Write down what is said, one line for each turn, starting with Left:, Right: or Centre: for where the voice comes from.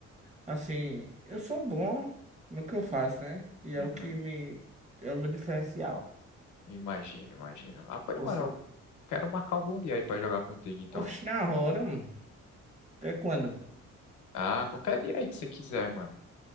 Right: Assim, eu sou bom no que eu faço, né? E
Left: Uhum.
Right: é o que me. É o meu diferencial.
Left: Imagino, imagino. Ah, pô,
Right: Você.
Left: mano, eu quero marcar algum dia aí pra jogar contigo, então.
Right: Oxe, na hora, mano. Até quando?
Left: Ah, qualquer dia aí que você quiser, mano.